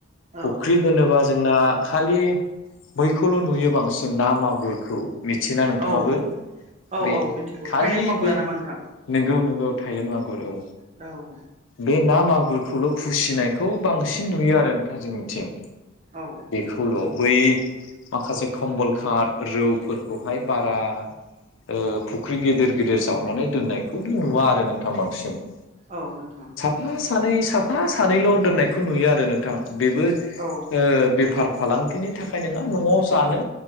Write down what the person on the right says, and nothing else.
औ
औ औ
औ मिथिगौ
थाइलेण्ड मावगुरा
नामा नोंथां
औ।
औ।
औ नोंथां।
औ